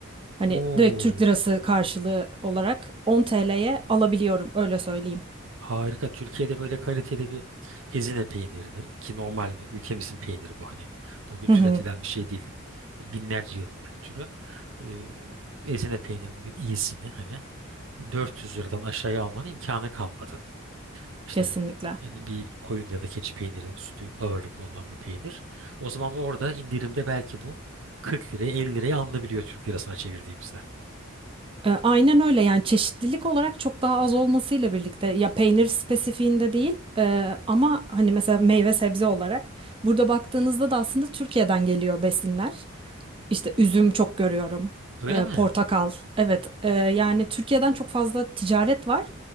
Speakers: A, on the right; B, on the right.
A: hani
B: Oo,
A: direkt Türk lirası karşılığı olarak 10 TL'ye alabiliyorum öyle söyleyeyim.
B: harika. Türkiye'de böyle kaliteli bir Ezine peynirinin ki normal ülkemizin peyniri bu hani. Bugün
A: Hı
B: türetilen
A: hı,
B: bir şey değil. Binlerce yılın kültürü. Ee, Ezine peyniri bugün iyisini hani. 400 liradan aşağıya almanın imkanı kalmadı. İşte
A: Kesinlikle.
B: hani bir koyun ya da keçi peyniri sütü ağırlıklı olan bir peynir. O zaman orada indirimde belki bu 40 liraya 50 liraya alınabiliyor Türk lirasına çevirdiğimizde.
A: E, aynen öyle yani çeşitlilik olarak çok daha az olmasıyla birlikte ya peynir spesifiğinde değil e, ama hani mesela meyve sebze olarak burada baktığınızda da aslında Türkiye'den geliyor besinler. İşte üzüm çok görüyorum.
B: Öyle
A: e,
B: mi?
A: portakal. Evet, e, yani Türkiye'den çok fazla ticaret var.